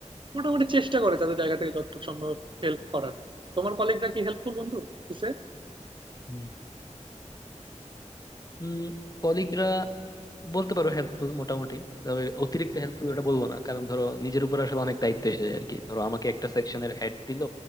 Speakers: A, on the right; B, on the left.
A: মোটামুটি চেষ্টা করে তাদের জায়গা থেকে যতটুকু সম্ভব হেল্প করার তোমার কলিগরা কি হেল্পফুল বন্ধু অফিসে
B: হুম। উম কলিগরা বলতে পারো হেল্পফুল মোটামুটি তবে অতিরিক্ত হেল্পফুল ওটা বলবো না কারণ ধরো নিজের উপর আসলে অনেক দায়িত্ব এসে যায় আর কি ধরো আমাকে একটা সেকশনের হেড দিল